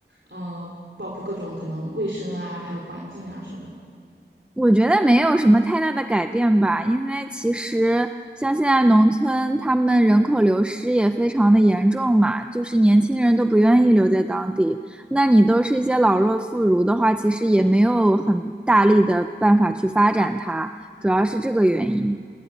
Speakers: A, on the right (about 85°); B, in the centre.
A: 呃，包括各种可能卫生啊，还有环境啊什么的。
B: 我觉得没有什么太大的改变吧，因为其实像现在农村，他们人口流失也非常的严重嘛，就是年轻人都不愿意留在当地。那你都是一些老弱妇孺的话，其实也没有很大力的办法去发展它，主要是这个原因。